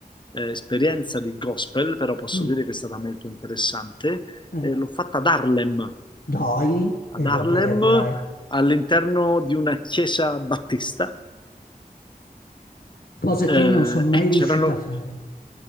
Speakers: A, on the left (about 30°); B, on the left (about 80°).
A: eh, esperienza di gospel, però posso
B: mm,
A: dire che è stata molto interessante,
B: eh.
A: eh, l'ho fatta ad Harlem,
B: Dai,
A: ad
B: e
A: Harlem
B: vabbè, dai,
A: all'interno di una chiesa battista
B: cosa
A: eh,
B: che io non sono mai
A: e
B: riuscita
A: c'erano
B: a fare.